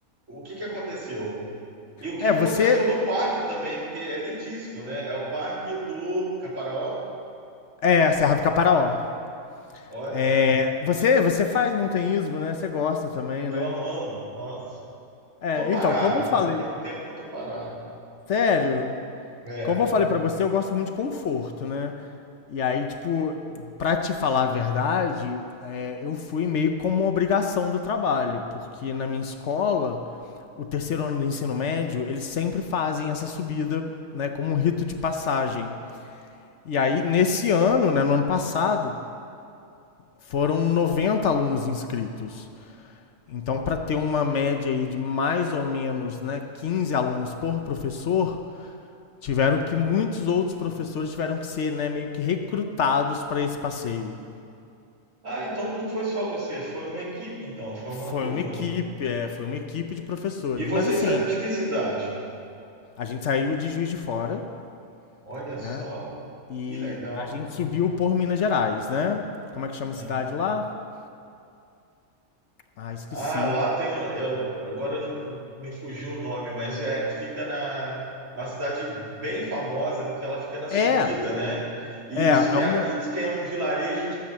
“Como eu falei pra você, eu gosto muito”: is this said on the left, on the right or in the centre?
Left